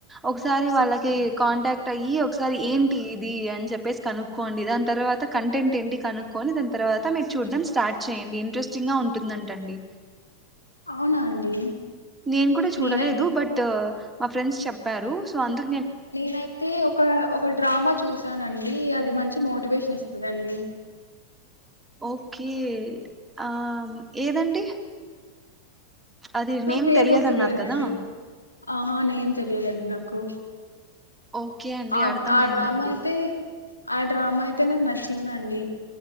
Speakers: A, in the centre; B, on the left.
A: ఒకసారి వాళ్ళకి కాంటాక్ట్ అయ్యి ఒకసారి ఏంటి ఇది అని చెప్పేసి కనుక్కోండి దాని తర్వాత కంటెంట్ ఏంటి కనుక్కొని దాని తర్వాత మీరు చూడ్డం స్టార్ట్ చేయండి ఇంట్రెస్టింగ్ గా ఉంటుందంటండి
B: అవునా అండి
A: నేను కూడా చూడలేదు
B: నేనై
A: బట్ మా ఫ్రెండ్స్ చెప్పారు సో అందు
B: నేనైతే ఒక ఒక డ్రామా చూసానండి అది మంచి మోటివేషన్ ఇస్తుదండి
A: ఓకే ఆ ఏదండి అది
B: నాకు
A: నేమ్
B: పేరు
A: తెలియదు
B: గుర్తుకులేదండి
A: అన్నారు కదా
B: ఆహా నేం తెలియదండి నాకు
A: ఓకే అండి
B: ఆ
A: అర్థం
B: ఆ
A: అయిందండి
B: డ్రామా అయితే ఆ డ్రామా అయితే నాకు నచ్చిందండి